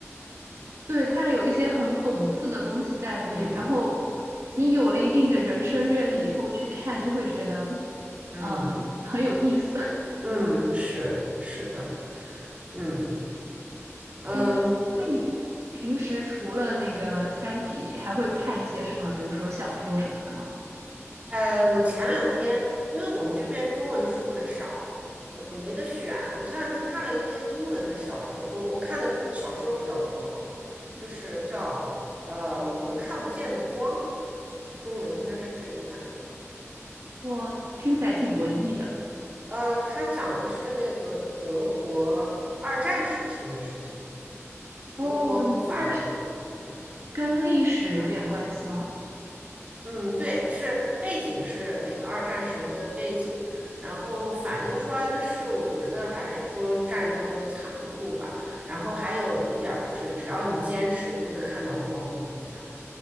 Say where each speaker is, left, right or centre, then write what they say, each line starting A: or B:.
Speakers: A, on the right (about 65°); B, on the right (about 25°).
A: <laughs> 对，它有一些很讽刺的东西在里面，
B: 嗯嗯
A: 然后你有了一定的人生阅历以后去看，就会觉得
B: 嗯
A: 嗯很有意思。<laughs>
B: 嗯，是是的，嗯嗯嗯，
A: 哎，那你平时除了那个《三体》，还会看一些什么，比如说小说什么的吗？
B: 呃，我前两天因为我们这边中文书很少，我没得选。我前两天看了一个英文的小说，我我看的小说比较多啊，就是叫呃我们看不见的光，中文应该是这个翻译吧。
A: 我听起来挺文艺的。
B: 我呃，它讲的是那个德国二战时期的事情，
A: 哦，
B: 德国和法国那样子。
A: 那跟历史有点关系吗？
B: 嗯，对，是背景是那个二战时候的背景，然后反映出来的是，我觉得还是说战争的残酷吧。然后还有一点儿就是，只要你坚持，就会看到光明。这样